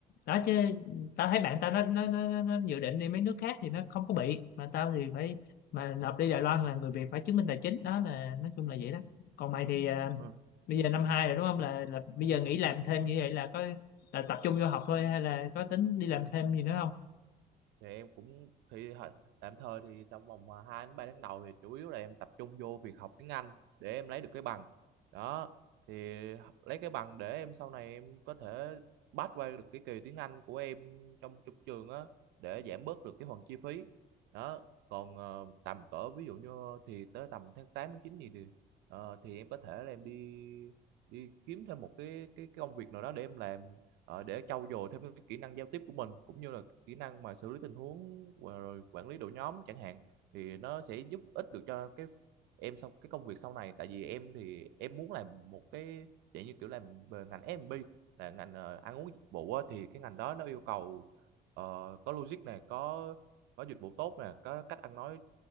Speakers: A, on the left; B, on the right.
A: đó chứ tao thấy bạn tao nó nó nó, nó nó dự định đi mấy nước khác thì nó không có bị mà tao thì phải mà nộp đi Đài Loan là người Việt phải chứng minh tài chính đó là nói chung là vậy đó còn mày thì ờ,
B: Ờ,
A: bây giờ năm hai rồi đúng không là là bây giờ nghỉ làm thêm như vậy là có là tập trung vô học thôi hay là có tính đi làm thêm gì nữa không
B: thì em cũng thì thời- tạm thời thì trong vòng mà 2 đến 3 tháng đầu thì chủ yếu là em tập trung vô việc học tiếng Anh để em lấy được cái bằng đó thì lấy cái bằng để em sau này em có thể pass qua được cái kỳ tiếng Anh của em trong trong trường á để giảm bớt được cái phần chi phí đó còn ờ, tầm cỡ ví dụ như thì tới tầm tháng 8 tháng 9 gì thì ờ, thì em có thể là em đi đi kiếm thêm một cái cái, cái công việc nào đó để em làm ờ, để trau dồi thêm cái kỹ năng giao tiếp của mình cũng như là kỹ năng mà xử lý tình huống và rồi quản lý đội nhóm chẳng hạn thì nó sẽ giúp ích được cho cái em sau cái công việc sau này tại vì em thì em muốn làm một cái dạng như kiểu làm về ngành F&B là ngành ờ, ăn uống dịch vụ á, thì cái ngành đó nó yêu cầu ờ, có logic này có có dịch vụ tốt nè có cách ăn nói